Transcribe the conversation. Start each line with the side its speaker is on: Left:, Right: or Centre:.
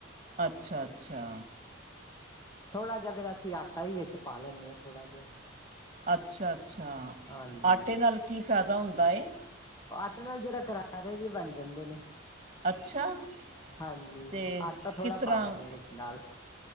Right: ਅੱਛਾ-ਅੱਛਾ
Left: ਥੋੜ੍ਹਾ ਜਿਹਾ ਫਿਰ ਅਸੀਂ ਆਟਾ ਹੀ ਵਿੱਚ ਪਾ ਲੈਂਣੇ ਹਾਂ ਥੋੜ੍ਹਾ ਜਿਹਾ
Right: ਅੱਛਾ-ਅੱਛਾ
Left: ਹਾਂਜੀ
Right: ਆਟੇ ਨਾਲ ਕੀ ਫਾਇਦਾ ਹੁੰਦਾ ਏ।
Left: ਆਟੇ ਨਾਲ ਜਰਾ ਕਰਾਰੇ ਜਿਹੇ ਬਣ ਜਾਂਦੇ ਨੇ।
Right: ਅੱਛਾ
Left: ਹਾਂਜੀ
Right: ਅਤੇ
Left: ਆਟਾ ਥੋੜ੍ਹਾ
Right: ਕਿਸ ਤਰ੍ਹਾਂ
Left: ਪਾ ਲੈਂਣੇ ਵਿਚ ਨਾਲ